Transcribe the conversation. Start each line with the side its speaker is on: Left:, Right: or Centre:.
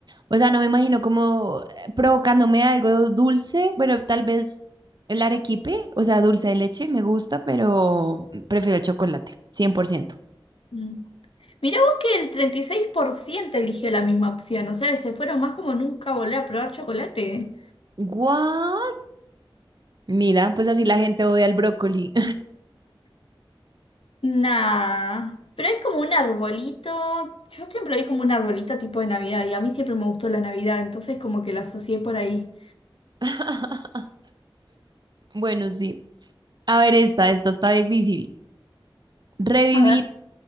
Right: o sea, no me imagino como eh, provocándome algo dulce, bueno, tal vez el arequipe, o sea, dulce de leche, me gusta, pero prefiero el chocolate, cien por ciento.
Left: mm. Mirá vos que el 36% eligió la misma opción, o sea, se fueron más como nunca volver a probar chocolate.
Right: ¿What? Mira, pues así la gente odia el brócoli.
Left: Nah, pero es como un arbolito, yo siempre lo vi como un arbolito tipo de Navidad y a mí siempre me gustó la Navidad, entonces como que la asocié por ahí.
Right: <laughs> Bueno, sí. A ver, esta, esta está difícil. Revivir
Left: A ver.